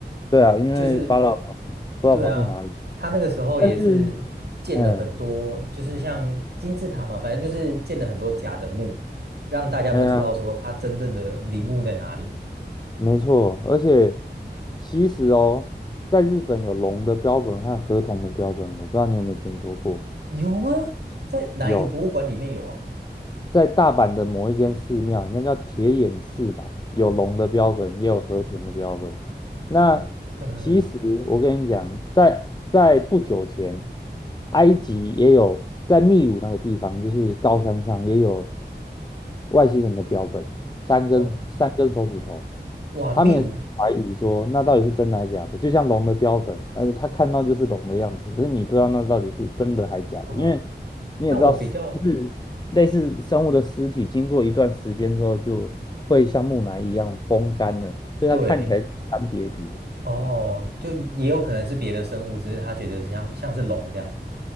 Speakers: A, on the left; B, on the right.
A: 对啊，因为法老不知道跑去哪里。
B: 就是对啊，他那个时候也是建了很多，
A: 但是，嗯，
B: 就是像金字塔嘛，反正就是建了很多假的墓，让大家不知道说他真正的陵墓在哪里。
A: 哎呀，没错，而且其实哦，在日本有龙的标本和河童的标本，我不知道你有没有听说过？
B: 有吗？在哪一个博物馆里面有啊？
A: 有，在大阪的某一间寺庙，应该叫铁眼寺吧，有龙的标本，也有河豚的标本。那其实我跟你讲，
B: 那个
A: 在在不久前，埃及也有在秘鲁那个地方，就是高山上也有外星人的标本，三根三根手指头，
B: 哦，哇，
A: 他们也是怀疑说那到底是真的还是假的，
B: 秘鲁
A: 就像龙的标本，但是他看到就是龙的样子，可是你不知道那到底是真的还假的，
B: 哦，
A: 因为。你也知道，
B: 但我比较
A: 就是类似生物的尸体，经过一段时间之后，就会像木乃伊一样风干了，所以它看起来干瘪瘪，
B: 对哦，就也有可能是别的生物，只是他觉得像像是龙这样